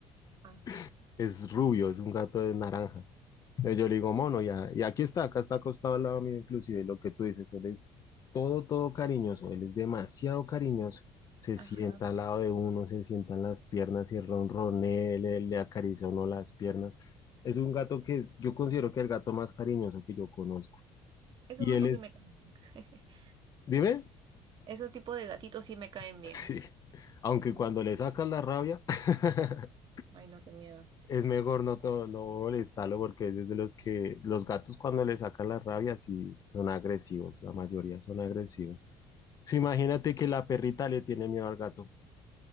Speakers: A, on the right; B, on the left.
A: Ah,
B: <laughs> es rubio, es un gato de naranja. Entonces yo le digo Mono y, a- y aquí está, acá está acostado al lado mío inclusive, lo que tú dices, él es todo, todo cariñoso, él es demasiado cariñoso. Se
A: ajá.
B: sienta al lado de uno, se sientan las piernas y ronronea, le, le acaricia a uno las piernas. Es un gato que es, yo considero que el gato más cariñoso que yo conozco.
A: Esos
B: Y
A: gatos
B: él es,
A: sí me cambian. <laughs>
B: dime,
A: Ese tipo de gatitos sí me caen
B: sí,
A: bien.
B: aunque
A: Ujú.
B: cuando le sacas la rabia, <laughs>
A: Ay, no, qué miedo.
B: Es mejor no, to- no molestarlo porque es de los que los gatos cuando le sacan la rabia sí son agresivos, la mayoría son agresivos. Sí, imagínate que la perrita le tiene miedo al gato.